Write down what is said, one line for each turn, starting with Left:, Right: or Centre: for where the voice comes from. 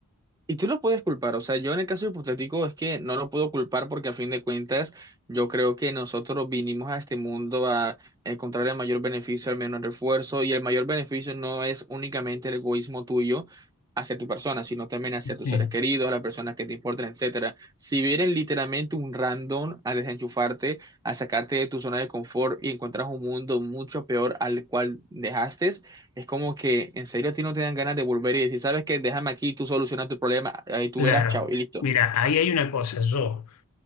Right: Y tú lo puedes culpar, o sea, yo en el caso hipotético es que no lo puedo culpar porque a fin de cuentas yo creo que nosotros vinimos a este mundo a encontrar el mayor beneficio al menor esfuerzo y el mayor beneficio no es únicamente el egoísmo tuyo hacia tu persona, sino también hacia
Left: Sí.
Right: tus seres queridos, las personas que te importan, etcétera. Si vienen literalmente un random a desenchufarte, a sacarte de tu zona de confort y encuentras un mundo mucho peor al cual dejaste, es como que en serio a ti no te dan ganas de volver y decir, ¿sabes qué? Déjame aquí, tú solucionas tu problema, ahí tú
Left: Claro.
Right: verás, chao, y listo.
Left: Mira, ahí hay una cosa. Yo,